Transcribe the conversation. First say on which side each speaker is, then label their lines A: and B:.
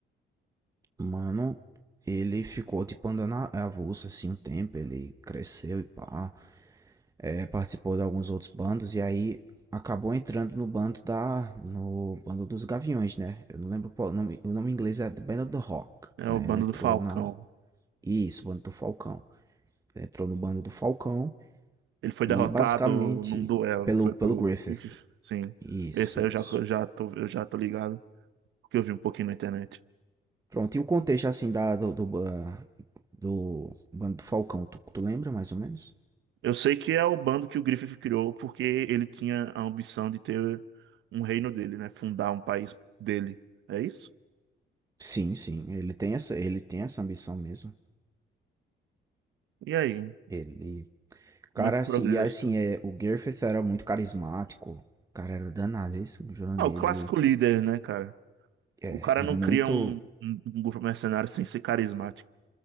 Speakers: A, on the right; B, on the right.
A: Mano, ele ficou tipo andando a- avulso assim um tempo, ele cresceu e pá, é, participou de alguns outros bandos e aí acabou entrando no bando da, no bando dos Gaviões, né? Eu não lembro qual o nome, o nome em inglês é The Band of the Hawk,
B: É
A: né?
B: o bando
A: Ele entrou
B: do Falcão.
A: na, isso, bando do Falcão. Ele entrou no bando do Falcão
B: Ele foi derrotado
A: e basicamente
B: num duelo,
A: pelo,
B: não foi
A: pelo
B: pelo
A: Griffith.
B: bife? Sim.
A: Isso,
B: Esse aí
A: isso.
B: eu já, eu já tô, eu já tô ligado, porque eu vi um pouquinho na internet.
A: Pronto, e o contexto assim da, do, do, ba- do bando do Falcão, tu, tu lembra mais ou menos?
B: Eu sei que é o bando que o Griffith criou porque ele tinha a ambição de ter um reino dele, né? Fundar um país dele. É isso?
A: Sim, sim, ele tem essa, ele tem essa ambição mesmo.
B: E aí?
A: Ele,
B: Como
A: cara,
B: é que
A: assim,
B: progride
A: e assim,
B: a história?
A: é, o Griffith era muito carismático, o cara era danado, é isso, o Jurandir,
B: Ah, o clássico
A: ele,
B: líder, né, cara?
A: é,
B: O cara
A: e
B: não
A: muito,
B: cria um, um- um grupo mercenário sem ser carismático,